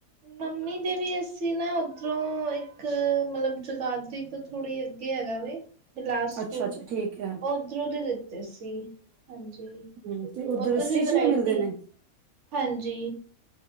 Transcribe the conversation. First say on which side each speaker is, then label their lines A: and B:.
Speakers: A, on the right (about 55°); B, on the right (about 75°).
A: ਮੰਮੀ ਦੇ ਵੀ ਅਸੀਂ ਨਾ ਉੱਧਰੋਂ ਇੱਕ ਮਤਲਬ ਜਗਾਦਰੀ ਤੋਂ ਥੋੜੀ ਹੈਗਾ ਹੈ ਵੇ ਬਿਲਾਸਪੁਰ
B: ਅੱਛਾ-ਅੱਛਾ ਠੀਕ ਹੈ
A: ਉਧਰੋਂ ਦੇ ਦਿੱਤੇ ਸੀ ਹਾਂਜੀ
B: ਹੂੰ ਤੇ
A: ਉੱਧਰ
B: ਸਟਿਚ
A: ਵੀ ਵਰਾਇਟੀ
B: ਮਿਲਦੇ ਨੇ?
A: ਹਾਂਜੀ